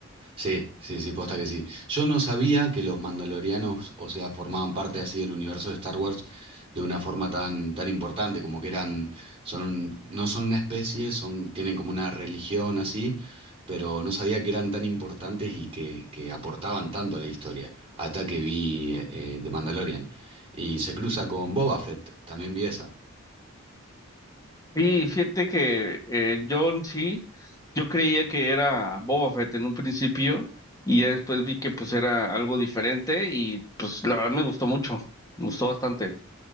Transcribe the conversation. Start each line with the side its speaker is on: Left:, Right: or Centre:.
Right: Sí, sí, sí, posta que sí. Yo no sabía que los mandalorianos, o sea, formaban parte así del universo de Star Wars de una forma tan, tan importante, como que eran, son, no son una especie, son, tienen como una religión así, pero no sabía que eran tan importantes y que, que aportaban tanto a la historia, hasta que vi eh, eh, The Mandalorian. Y se cruza con Boba Fett, también vi esa.
Left: Y fíjate que eh, John sí, yo creía que era Boba Fett en un principio y ya después vi que pues era algo diferente y pues la verdad me gustó mucho, me gustó bastante.